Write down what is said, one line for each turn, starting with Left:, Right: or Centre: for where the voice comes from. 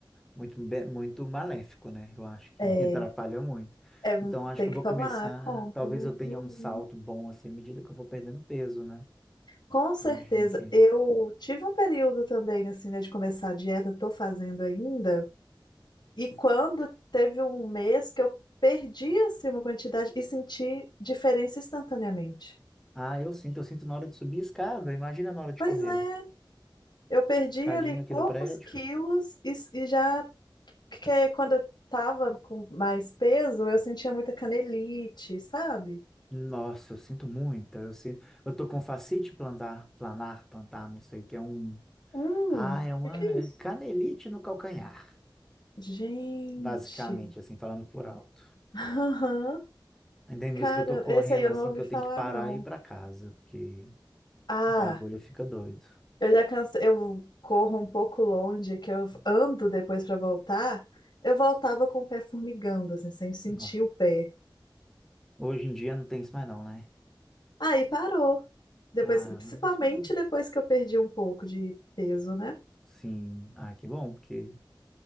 Centre: muito, be- muito maléfico, né? Eu acho que
Left: é,
Centre: <laughs> atrapalha muito.
Left: é,
Centre: Então, eu acho
Left: tem
Centre: que eu
Left: que
Centre: vou
Left: tomar
Centre: começar.
Left: conta,
Centre: Talvez
Left: né?
Centre: eu tenha
Left: Uhum.
Centre: um salto bom assim, à medida que eu vou perdendo peso, né?
Left: Com certeza.
Centre: Imagino que
Left: Eu tive um período também, assim, né, de começar a dieta, tô fazendo ainda. E quando teve um mês que eu perdi assim uma quantidade e senti diferença instantaneamente.
Centre: Ah, eu sinto, eu sinto na hora de subir a escada, imagina na hora de
Left: Pois
Centre: correr.
Left: é, eu perdi
Centre: Escadinha
Left: ali poucos
Centre: aqui do prédio.
Left: quilos e, e já que quando eu tava com mais peso, eu sentia muita canelite, sabe?
Centre: Nossa, eu sinto muita, eu sinto, eu tô com fascite plantar, planar, plantar, não sei, que é um,
Left: Hum,
Centre: ah, é uma
Left: o que que é isso?
Centre: é canelite no calcanhar,
Left: Gente.
Centre: basicamente,
Left: <laughs>
Centre: assim, falando por alto.
Left: Aham.
Centre: Ainda tem
Left: Cara,
Centre: vezes que eu tô correndo
Left: esse aí eu
Centre: assim,
Left: não ouvi
Centre: que eu
Left: falar
Centre: tenho que parar
Left: não.
Centre: e ir pra casa, porque
Left: Ah,
Centre: o bagulho fica doido.
Left: Eu já cansei, eu corro um pouco longe, que eu ando depois pra voltar. Eu voltava com o pé formigando, assim, sem sentir
Centre: Ó,
Left: o pé.
Centre: Hoje em dia não tem isso mais não, né?
Left: Aí parou. Depois,
Centre: Ah,
Left: principalmente
Centre: mas não.
Left: depois que eu perdi um pouco de peso, né?
Centre: Sim, ah, que bom, porque